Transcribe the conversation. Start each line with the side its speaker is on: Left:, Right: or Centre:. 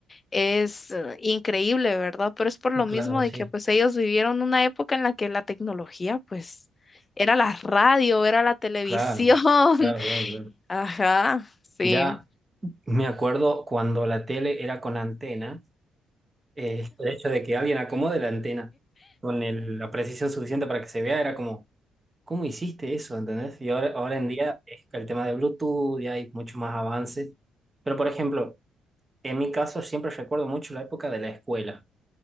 Left: es eh, increíble, ¿verdad? Pero es por lo
Right: claro,
Left: mismo de
Right: sí.
Left: que pues ellos vivieron una época en la que la tecnología pues era la radio, era la televisión.
Right: Claro, Claro, claro,
Left: <laughs>
Right: claro.
Left: Ajá, sí.
Right: ya me acuerdo cuando la tele era con antena, eh, el hecho de que alguien acomode la antena con el- la precisión suficiente para que se vea era como, ¿cómo hiciste eso? ¿Entendés? Y ahora, ahora en día es que el tema de Bluetooth y hay mucho más avance. Pero por ejemplo, en mi caso siempre recuerdo mucho la época de la escuela.